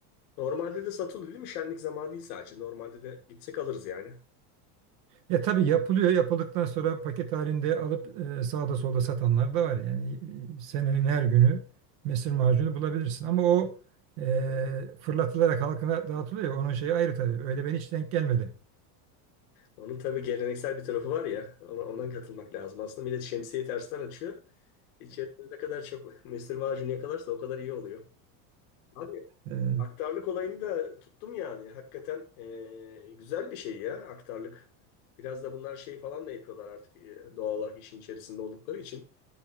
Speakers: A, on the left; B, on the right.
A: Normalde de satılıyor değil mi? Şenlik zamanı değil sadece. Normalde de gitsek alırız yani.
B: Ya tabii yapılıyor. Yapıldıktan sonra paket halinde alıp e, sağda solda satanlar da var. Yani e, senenin her günü mesir macunu bulabilirsin. Ama o e, fırlatılarak halkına dağıtılıyor. ya, Onun şeyi ayrı tabii. Öyle ben hiç denk gelmedi.
A: Onun tabii geleneksel bir tarafı var ya. Ona, ona katılmak lazım. Aslında millet şemsiyeyi tersten açıyor. İçerisinde ne kadar çok <laughs> mesir macunu yakalarsa o kadar iyi oluyor. Abi
B: E,
A: aktarlık olayını da tuttum yani. Hakikaten eee, güzel bir şey ya aktarlık. Biraz da bunlar şey falan da yapıyorlar artık eee, doğal olarak işin içerisinde oldukları için.